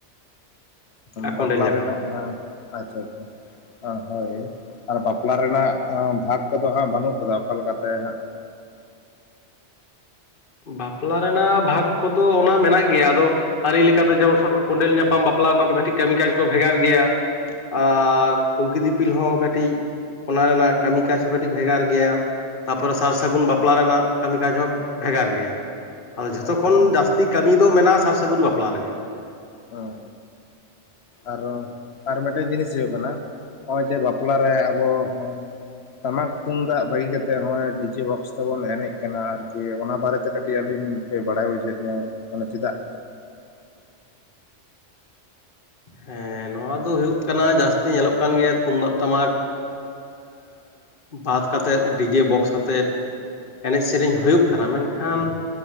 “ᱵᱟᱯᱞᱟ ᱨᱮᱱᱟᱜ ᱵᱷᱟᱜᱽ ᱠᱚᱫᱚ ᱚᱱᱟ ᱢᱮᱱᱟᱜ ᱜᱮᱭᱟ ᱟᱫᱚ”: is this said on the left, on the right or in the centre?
Left